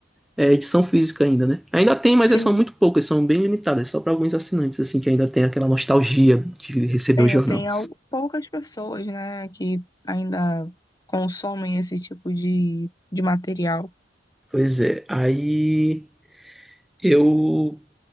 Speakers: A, in the centre; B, on the left.
A: é, edição física ainda, né? Ainda tem, mas
B: sim.
A: é, são muito poucas, são bem limitadas, só para alguns assinantes, assim, que ainda tem aquela nostalgia de receber
B: É,
A: o jornal.
B: tem al- poucas pessoas, né, que ainda consomem esse tipo de, de material.
A: Pois é, aí eu